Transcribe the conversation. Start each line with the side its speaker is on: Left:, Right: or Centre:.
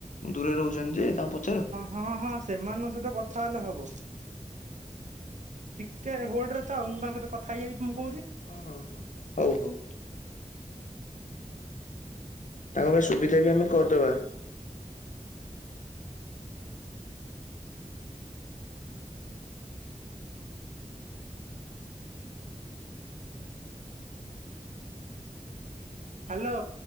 Left: ଦୂରରେ ରହୁଛନ୍ତି ଯେ ତାଙ୍କୁ ପଚାର।
Right: ହଁ ହଁ। ସେମାନଙ୍କ ସହିତ କଥା ହେଲେ ହବ। ଟିକେ ହୋଲଡ ରେ ଥାଅ। ମୁଁ ତାଙ୍କସହିତ କଥା ହେଇଯାଇକି ତମକୁ କହୁଛି।
Left: ହଁ ହଁ ହଁ। ହଉ ହଉ। ତାଙ୍କ ପାଇଁ ସୁବିଧା ବି ଆମେ କରିଦେବା।
Right: ହାଲୋ।